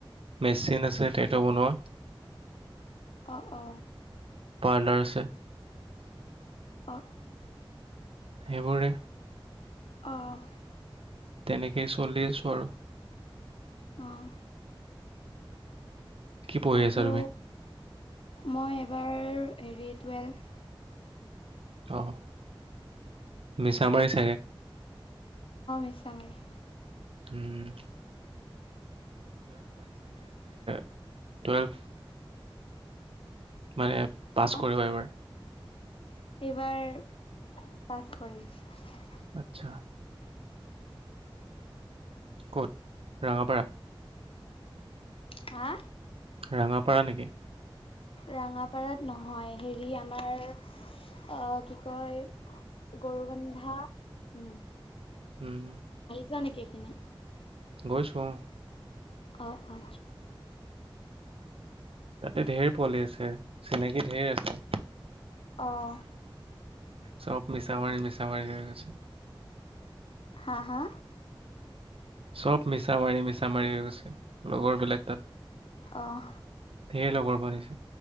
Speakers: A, on the right; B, on the left.
A: মেচিন আছে টেটু বনোৱা।
B: অ, অ।
A: পাৰ্লাৰ আছে।
B: অ।
A: সেইবোৰে।
B: অ',।
A: তেনেকেই চলি আছো আৰু।
B: অহ।
A: কি পঢ়ি
B: আৰু
A: আছা তুমি
B: মই এবাৰ হেৰি টুৱেলভ
A: অহ মিছা মাৰি চাগে?
B: মিছামাৰি।
A: টুৱেলভ হ <inaudible> মানে পাছ
B: হা
A: কৰিব এইবাৰ?
B: এইবাৰ পাছ কৰিম।
A: আচ্ছা। ক'ত ৰাঙাপাৰা?
B: হা?
A: ৰাঙাপাৰা নেকি?
B: ৰঙাপাৰাত নহয় হেৰি আমাৰ কি কয় গৰুবন্ধা উম,।
A: হম।
B: জান <unintelligible> নেকি এফিনে।
A: গৈছো অ,
B: অ, অ,
A: তাতে ধঢেৰ পলি আছে চিনাকি ধঢেৰ আছে।
B: আহ।
A: চব মিছাৱাৰি মিছাৱাৰ হৈ গৈছে।
B: হা হা?
A: চ'ব মিছা মাৰি মিছা মাৰি হৈ গৈছে লগৰবিলাক তাত।
B: অঁ
A: ধঢৰ লগৰ পনি <unintelligible>